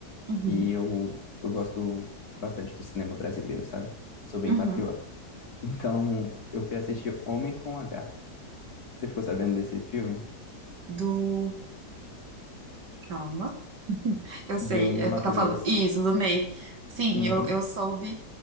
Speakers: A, on the right; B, on the left.
A: Uhum,
B: e eu, eu gosto bastante do cinema brasileiro, sabe? Sou bem
A: uhum.
B: patriota. <laughs> Então, eu fui assistir Homem com H. Você ficou sabendo desse filme?
A: Do, calma. Eu sei,
B: Do Ney
A: eu
B: Matogrosso.
A: tá falando. Isso, do Ney. Sim,
B: Uhum.
A: eu, eu soube